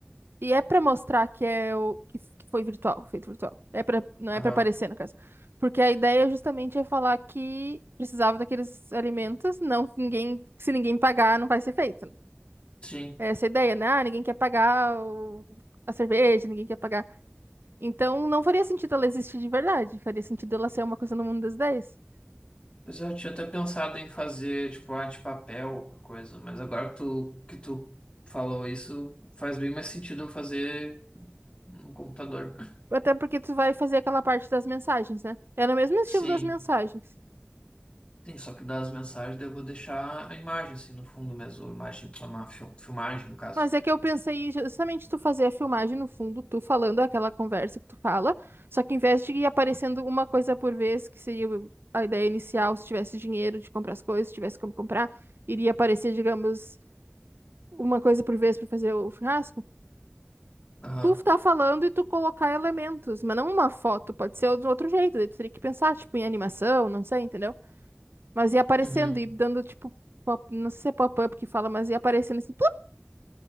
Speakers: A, on the right; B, on the left.
A: E é pra mostrar que é o que que foi virtual, feito virtual. É para não
B: aham,
A: é pra aparecer, no caso. Porque a ideia justamente é falar que precisava daqueles alimentos, não ninguém, se ninguém pagar, não vai ser feito, né?
B: sim.
A: É Essa é ideia, né? Ah, ninguém quer pagar o- a cerveja, ninguém quer pagar. Então não faria sentido ela existir de verdade, faria sentido ela ser uma coisa no mundo das ideias.
B: Pois é, eu tinha até pensado em fazer, tipo, arte de papel, uma coisa, mas agora que tu, que tu falou isso, faz bem mais sentido eu fazer no computador.
A: Até porque tu vai fazer aquela parte das mensagens, né? É no mesmo estilo
B: Sim,
A: das mensagens.
B: sim, só que das mensagens daí eu vou deixar a imagem, assim, no fundo mesmo, a imagem, uma fil- filmagem, no caso.
A: Mas é que eu pensei justamente tu fazer a filmagem no fundo, tu falando aquela conversa que tu fala, só que em vez de ir aparecendo uma coisa por vez, que seria o- a ideia inicial, se tivesse dinheiro de comprar as coisas, se tivesse como comprar, iria aparecer, digamos, uma coisa por vez para fazer o churrasco.
B: Aham,
A: Tu tá falando e tu colocar elementos, mas não uma foto, pode ser de outro jeito, daí tu teria que pensar, tipo, em animação, não sei, entendeu? Mas ia aparecendo
B: uhum,
A: e dando, tipo, pop- não sei se é pop-up que fala, mas ia aparecendo assim, plup,